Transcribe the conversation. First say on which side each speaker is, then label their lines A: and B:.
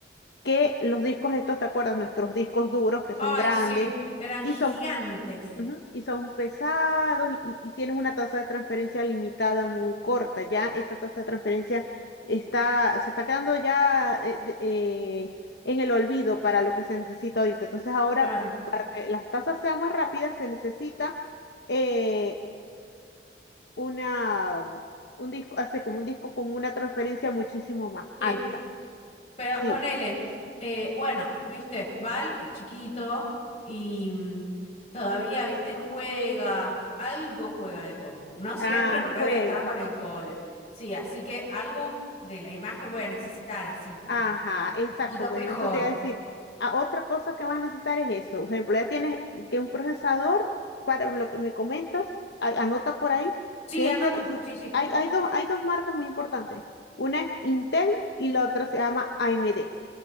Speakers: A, on the left (about 70°); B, on the left (about 40°).
A: que los discos estos, ¿te acuerdas? Nuestros discos duros que
B: Ay,
A: son grandes
B: sí, eran
A: y
B: gigantes.
A: son Ujú, Y son pesados y, y- y tienen una tasa de transferencia limitada muy corta. Ya esa tasa de transferencia está, se está quedando ya eh, de- eh, en el olvido para lo que se necesita ahorita. Entonces ahora,
B: Claro.
A: para que las tasas sean más rápidas, se necesita eh, una, un disco, hace como un disco con una transferencia muchísimo más
B: Sí.
A: alta.
B: Pero
A: Sí.
B: ponele, eh, bueno, viste, Val es chiquito y mm, todavía, viste, juega, algo juega de compu. No siempre,
A: Ah,
B: porque
A: juega.
B: obvio está con el cole. Sí, así que algo de la imagen voy a necesitar, así como
A: Ajá, exacto.
B: un poquito
A: Bueno,
B: mejor.
A: eso te iba a decir. Ah, otra cosa que vas a necesitar es eso. Por ejemplo, ya tienes que un procesador para lo que me comentas, a- anota por ahí.
B: Sí,
A: Debe
B: anoto,
A: ser, sí,
B: sí, sí.
A: hay, hay dos, hay dos marcas muy importantes. Una es Intel y la otra se llama AMD.